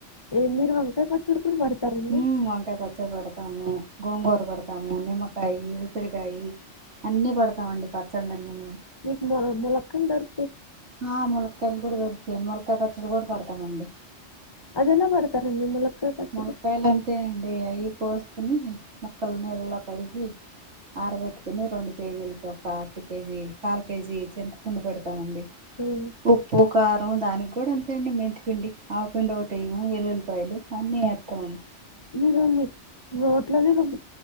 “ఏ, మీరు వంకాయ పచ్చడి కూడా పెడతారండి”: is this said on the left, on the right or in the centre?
Left